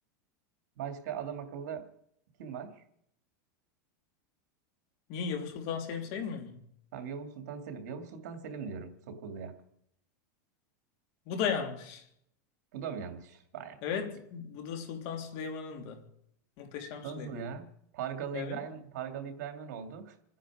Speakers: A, on the right; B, on the left.
A: Başka adam akıllı kim var?
B: Niye Yavuz Sultan Selim sayılmıyor mu?
A: Tamam Yavuz Sultan Selim. Yavuz Sultan Selim diyorum Sokullu'ya.
B: Bu da yanlış.
A: Bu da mı yanlış? Vay
B: Evet,
A: be.
B: bu da Sultan Süleyman'ındı. Muhteşem
A: Nasıl
B: Süleyman'ın.
A: ya? Pargalı
B: Evet.
A: İbrahim, Pargalı İbrahim'e ne oldu?